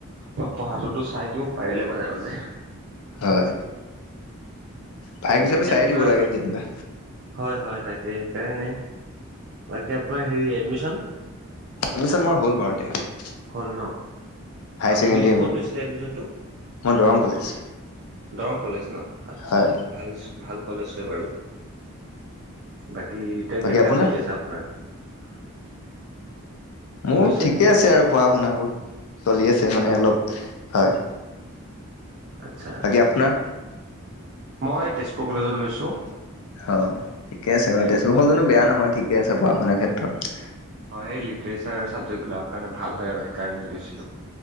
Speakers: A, on the right; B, on the left.
A: বা পঢ়াটোতো চাই দিওঁ পাৰিলে মাজে মাজে
B: হয়। ভাইক হিচাপে
A: বাকী
B: চাইে
A: আপোনাৰ
B: দিব লাগে যেনিবা।
A: হয় হয় তাকে সেইকাৰণে বাকী আপোনাৰ হেৰি এডমিশন।
B: এডমিশন মোৰ হ'ল বাৰু এতিয়া।
A: হ'ল ন আপুনি
B: ছেকেণ্ডেৰী
A: ক'ত লৈছিলে এডমিচনটো।
B: মই দৰং কলেজ
A: দৰং কলেজ ন আচ্ছা
B: হয়
A: ভাল ভাল। কলেজ হয় বাৰু বাকী এতিয়া
B: বাকী
A: কেনেকা
B: আপোনাৰ
A: চলি আছে আপোনাৰ। <unintelligible>
B: মোৰ
A: কৈছে
B: ঠিকে আছে আৰু পঢ়া শুনাবোৰ চলি আছে মানে অলপ হয়।
A: আচ্ছা
B: বাকী আপোনাৰ।
A: মই তেজপুৰ কলেজত লৈছোঁ।
B: অ ঠিকে আছে
A: হেৰি
B: বাৰু তেজপুৰখন
A: কাৰণে
B: জানো বেয়া নহয় ঠিকে আছে পঢ়া শুনাৰ ক্ষেত্ৰত।
A: হয় এই লিটাৰেচাৰ চাবজেক্টবিলাকৰ কাৰণে ভাল হয় আৰু সেইকাৰণে লৈছিলোঁ।